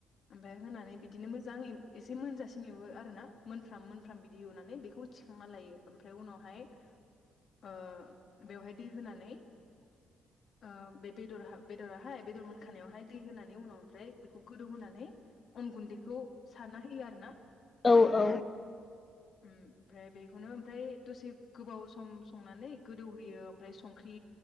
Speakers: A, on the left; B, on the left.
A: ओमफ्राय होनानै बिदिनो मोजाङै एसे मोनजासिम। एवो आरो ना मोनफ्राम, मोनफ्राम बिदि एवनानै बेखौ थिखांना लायो ओमफ्राय उनावहाय। ओ बेवहाय दै होनानै।
B: <unintelligible>
A: ओ बे बेदर, बेदराहाय बेदर मोनखानायावहाय दै होनानै उनाव ओमफ्राय बेखौ गोदौहानै। अन गुन्दैखौ सारना होयो आरो ना।
B: औ औ। <unintelligible>
A: उम ओमफ्राय बेखौनो ओमफ्राय दसे गोबाव सम संनानै गोदौहोयो ओमफ्राय संख्रि